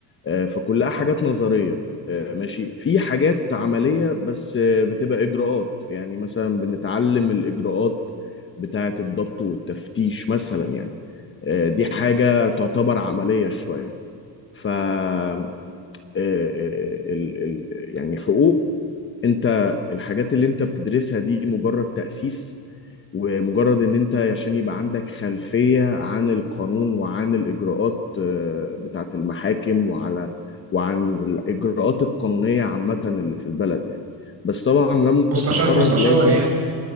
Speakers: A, on the left (about 30°); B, on the right (about 35°).
A: آه، فكلها حاجات نظريه آه، ماشي في حاجات عمليه بس آه، بتبقى اجراءات يعني مثلا بنتعلم الاجراءات بتاعه الضبط والتفتيش مثلا يعني آه، دي حاجه تعتبر عمليه شويه ف آه، آه، آه، ال- ال- يعني حقوق انت الحاجات اللي انت بتدرسها دي مجرد تأسيس ومجرد ان انت عشان يبقى عندك خلفية عن القانون وعن الاجراءات آه، بتاعة المحاكم وعلى وعن الاجراءات القانونية عامة اللي في البلد يعني بس طبعا لما
B: مستشار
A: تتخرج
B: مستشار
A: لازم
B: يعني